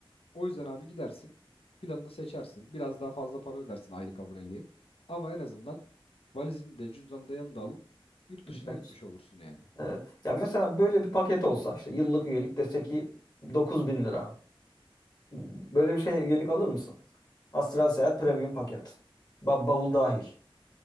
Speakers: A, on the left; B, on the left.
A: O yüzden abi gidersin. Planını seçersin. Biraz daha fazla para ödersin aylık aboneliğe. Ama en azından valizini de cüzdanı da yanında alıp yurt dışına
B: Evet.
A: gitmiş olursun yani.
B: Evet. Ya mesela böyle bir paket olsa işte yıllık üyelik dese ki 9 bin lira. Böyle bir şey üyelik alır mısın? Astral Seyahat Premium paket. Ba- bavul dahil.